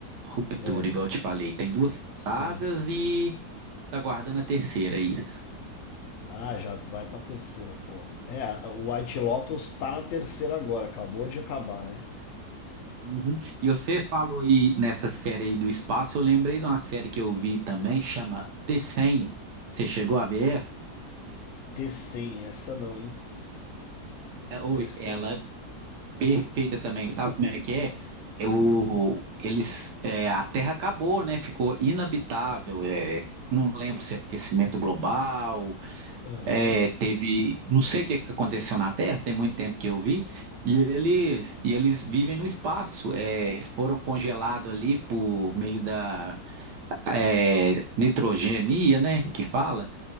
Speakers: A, on the right; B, on the left.
A: Ruptura,
B: É,
A: igual eu te falei. Tem duas
B: sim.
A: paradas e tá guardando a terceira, é isso.
B: Ah, já vai pra terceira, pô. É, a- o White Lotus tá na terceira agora, acabou de acabar, né?
A: Uhum. E você falou aí nessa série aí do espaço, eu lembrei de uma série que eu vi também, chama T100. Você chegou a ver essa?
B: T100, essa não, hein?
A: É, oi,
B: T100.
A: ela é perfeita também, sabe como é que é? Eu, eles, é, a Terra acabou, né? Ficou inabitável. é, não lembro se é aquecimento global,
B: Aham,
A: é, teve, não sei o que é que aconteceu na Terra, tem muito tempo que eu vi. E eles, e eles vivem no espaço, é, eles foram congelados ali por meio da é, nitrogenia, né, que fala,